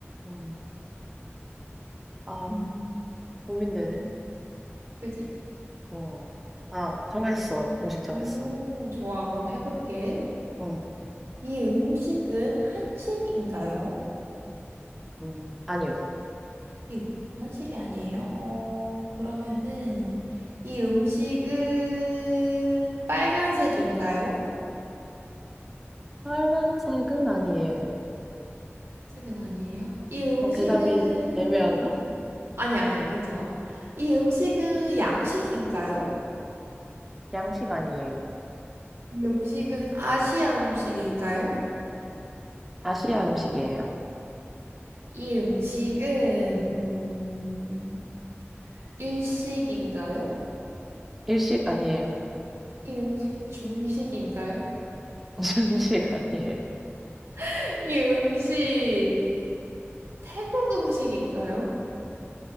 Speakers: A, in the centre; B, on the right.
A: 응. 아,
B: 음,
A: 고민되네.
B: 그지?
A: 어. 아, 정했어. 음식 정했어.
B: 음, 좋아. 그럼 해볼게.
A: 응.
B: 이 음식은 한식인가요?
A: 음. 음, 아니요.
B: 이 한식이 아니에요? 어, 그러면은 이 음식은 빨간색인가요?
A: 빨간색은 아니에요.
B: 빨간색은 아니에요. 이 음식은
A: 어, 대답이 애매한가?
B: 아니 야 아니야. 괜찮아. 이 음식은 양식인가요?
A: 양식 아니에요.
B: 이 음식은 아시아 음식인가요?
A: 아시아 음식이에요.
B: 이 음식은 음, 일식인가요?
A: 일식 아니에요.
B: 이 음식 중식인가요?
A: <laughs> 중식 아니에요.
B: <laughs> 이 음식 태국 음식인가요?